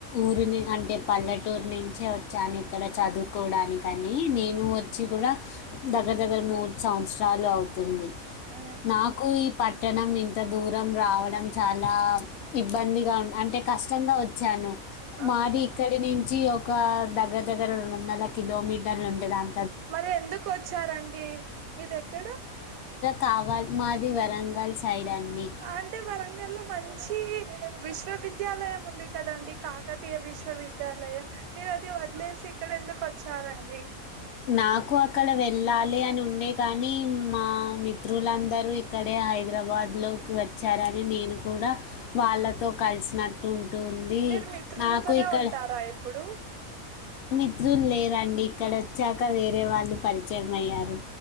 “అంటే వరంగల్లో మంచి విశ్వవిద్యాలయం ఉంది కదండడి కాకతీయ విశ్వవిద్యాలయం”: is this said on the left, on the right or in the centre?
Right